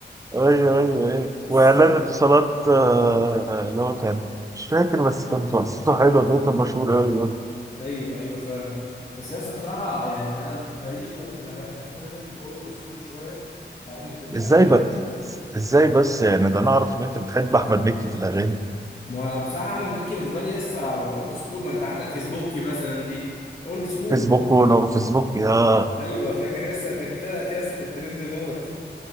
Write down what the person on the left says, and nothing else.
لسه
ايوه ايوه فعلا بس لسه بصراحه يعني انا ماليش قوي في الاغاني المصريه غير في الاولد سكول شويه فاهم بتبقى
جميله
ما هو بصراحه من مكي بالنسبه لي لسه اولد سكول ما انت عندك فيسبوكي مثلا دي اولد سكول
ايوه فاكر لسه كانت طلعت لسه كانت ترند موت